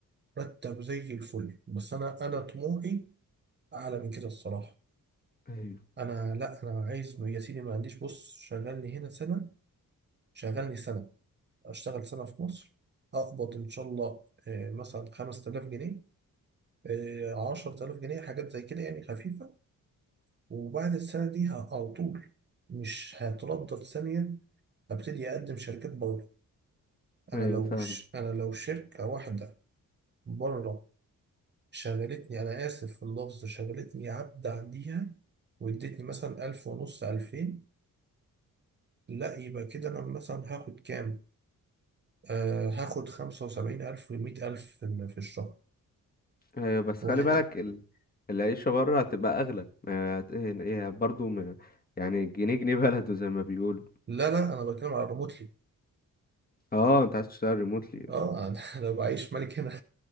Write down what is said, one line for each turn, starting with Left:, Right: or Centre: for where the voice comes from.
Right: مرتب زي الفل بس أنا أنا طموحي أعلى من كده الصراحة
Left: ايوه
Right: أنا لا أنا عايز يا سيدي ما عنديش بص شغلني هنا سنة شغلني سنة أشتغل سنة في مصر أقبض إن شاء الله آه، مثلا 5000 جنيه آه، 10000 جنيه حاجات زي كده يعني خفيفة وبعد السنة دي ه- على طول مش هتردد ثانية هبتدي أقدم شركات بره أنا
Left: ايوه
Right: لو
Left: فاهم
Right: ش... أنا لو شركة واحدة بره شغلتني أنا آسف في اللفظ شغلتني عبد عنديها وادتني مثلا ألف ونص ألفين لا يبقى كده أنا مثلا هاخد كام؟ آه هاخد خمسة وسبعين ألف ومية ألف في ال- في الشهر
Left: ايوه بس
Right: وهنا
Left: خلي بالك ال... العيشة بره هتبقى اغلى ما هت- ايه إيه، برضو م... يعني الجنيه جنيه بلده زي ما بيقولوا
Right: لا لا أنا بتكلم على ريموتلي
Left: اه انت عايز تشتغل ريموتلي
Right: اه انا <laughs> أنا بعيش ملك هنا